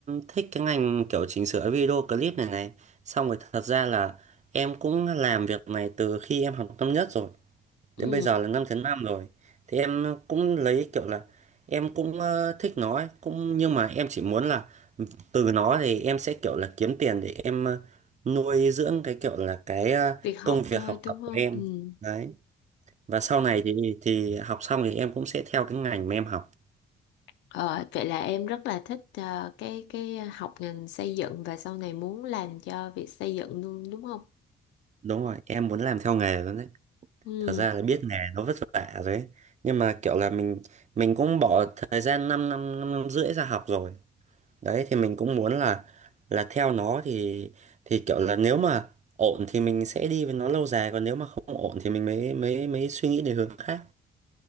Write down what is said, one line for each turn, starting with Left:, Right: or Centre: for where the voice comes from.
Right: thích cái ngành kiểu chỉnh sửa video clip này này, xong rồi thật ra là em cũng làm việc này từ khi em học năm nhất rồi.
Left: ừ.
Right: Đến bây giờ là 5 năm rồi. Thì em cũng lấy kiểu là em cũng ờ, thích nó ấy, cũng nhưng mà em chỉ muốn là từ nó thì em sẽ kiểu là kiếm tiền để em ờ, nuôi dưỡng cái kiểu là cái ờ,
Left: Việc học
Right: công việc
Left: thôi
Right: học
Left: đúng
Right: tập của
Left: không?
Right: em.
Left: Ừ.
Right: Đấy. Và sau này thì thì học xong thì em cũng sẽ theo cái ngành mà em học.
Left: Ờ, vậy là em rất là thích ờ, cái cái học ngành xây dựng và sau này muốn làm cho việc xây dựng luôn đúng không?
Right: Đúng rồi, em muốn làm theo nghề luôn đấy.
Left: Ừ.
Right: Thật ra là biết nghề nó vất vả rồi ấy. Nhưng mà kiểu là mình mình cũng bỏ thời gian 5 năm năm năm rưỡi ra học rồi. đấy thì mình cũng muốn là là theo nó thì thì kiểu là nếu mà ổn thì mình sẽ đi với nó lâu dài còn nếu mà không ổn thì mình mới mới mới suy nghĩ đến hướng khác